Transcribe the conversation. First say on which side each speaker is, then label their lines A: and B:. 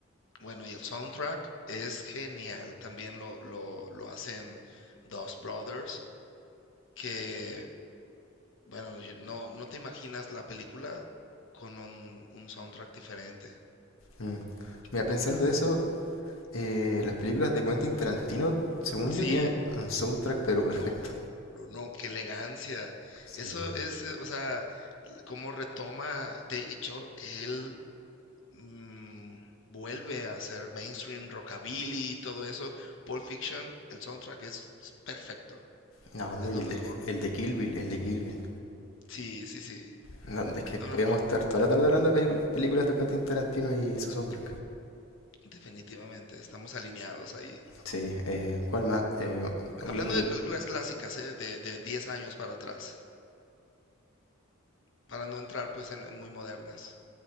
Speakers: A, on the left; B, on the left.
A: Bueno, y el soundtrack es genial. También lo, lo, lo hacen Dos Brothers, que, bueno, yo- no, no te imaginas la película con un, un soundtrack diferente,
B: Mm. Mira, pensando
A: totalmente.
B: eso, Eh, las películas de Quentin Tarantino, según
A: Sí,
B: yo, tienen un soundtrack pero
A: no,
B: perfecto.
A: no, no, qué elegancia.
B: Sí.
A: Eso es, eh, o sea, l- cómo retoma, de hecho, él mm, vuelve a ser mainstream, rockabilly, todo eso. Pulp Fiction, el soundtrack es, es perfecto,
B: No, no,
A: es
B: y
A: lo
B: el
A: mejor.
B: de, el de Kill Bill, el de Kill Bill.
A: Sí, sí, sí.
B: No, es que podíamos
A: No, no, no,
B: estar toda la tarde hablando de pelicul- películas de Quentin Tarantino y su soundtrack.
A: definitivamente, estamos alineados ahí.
B: Sí, eh, ¿cuál más? Eh, un-
A: Hablando
B: un-
A: de películas clásicas, ¿eh? De, de 10 años para atrás, para no entrar pues en, en muy modernas.